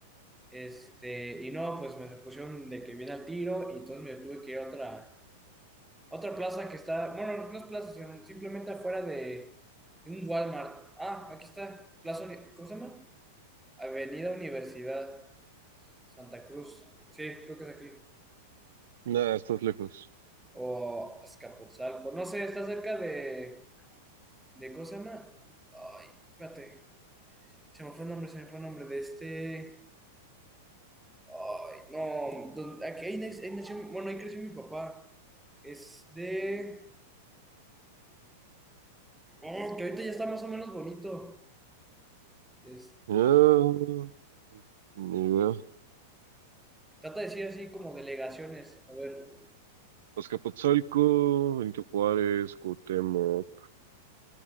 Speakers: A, in the centre; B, on the right.
A: Este, y no, pues me pusieron de que viene al tiro y entonces me tuve que ir a otra, otra plaza que está, bueno, no no es plaza, sino simplemente afuera de, de un Walmart. Ah, aquí está, plaza, Uni- ¿cómo se llama? Avenida Universidad Santa Cruz. Sí, creo que es aquí.
B: Nada, estás lejos.
A: O Azcapotzalco. No sé, está cerca de, de ¿cómo se llama? Ay, espérate, se me fue el nombre, se me fue el nombre de este... Ay, no, don- aquí ahí, nac- ahí nació, mi- bueno, ahí creció mi papá. Es de... Oh, que ahorita ya está más o menos bonito. Este,
B: Ah, ni idea.
A: trata de decir así como delegaciones. A ver,
B: Azcapotzalco, Benito Juárez, Cuauhtémoc.